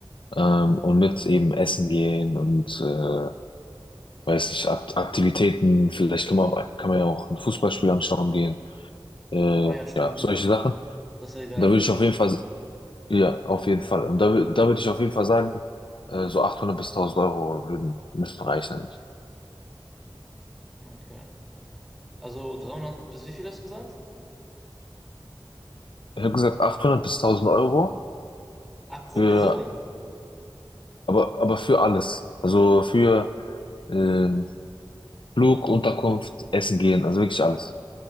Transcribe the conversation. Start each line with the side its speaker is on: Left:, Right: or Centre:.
Left: ähm, und mit eben Essen gehen und äh, weiß nicht, Ak Aktivitäten, vielleicht kann man, auch, kann man ja auch ein Fußballspiel anschauen gehen, äh,
Centre: Oh ja, stimmt.
Left: ja, solche Sachen. Und
Centre: Das wäre geil.
Left: da würde ich
Centre: So,
Left: auf jeden Fall, ja, auf jeden Fall. Und da, wür- da würde ich auf jeden Fall sagen, äh, so 800 bis 1000 Euro würden, müssten reichen eigentlich.
Centre: okay. Also 300 bis wie viel hast du gesagt?
Left: Ich habe gesagt 800 bis 1000 Euro
Centre: Ah, pro
Left: für,
Centre: Person.
Left: aber, aber für alles. Also für ähm, Flug, Unterkunft, Essen gehen, also wirklich alles.